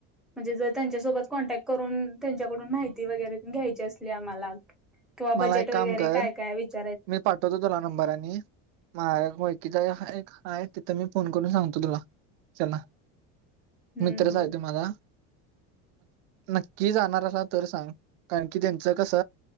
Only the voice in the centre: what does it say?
म्हणजे जर त्यांच्यासोबत कॉन्टॅक्ट करून त्यांच्याकडून माहिती वगैरे घ्यायची असली आम्हाला. किंवा
बजेट
वगैरे
काय काय विचार.
हम्म
हम्म.